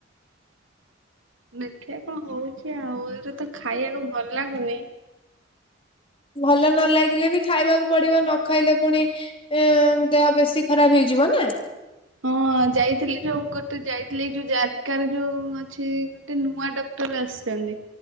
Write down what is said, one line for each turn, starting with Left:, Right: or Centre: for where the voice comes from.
Right: ଦେଖିଆ କଣ ହଉଚି ଆଉ, ଏଇଗୁରା ତ ଖାଇଆକୁ ଭଲ ଲାଗୁନି
Left: ଭଲ ନ ଲାଗିଲେ ବି ଖାଇବାକୁ ପଡିବ ନ ଖାଇଲେ ପୁଣି ଏ ଦେହ ବେଶୀ ଖରାପ ହେଇଯିବ ନା।
Right: ହଁ ଯାଇଥିଲି ଯୋଉ ଗୋଟେ ଯାଇଥିଲି ଯୋଉ ଜାରକା ରେ ଯୋଉ ଅଛି ଗୋଟେ ନୂଆ ଡ ଡ଼କ୍ଟର ଆସିଚନ୍ତି।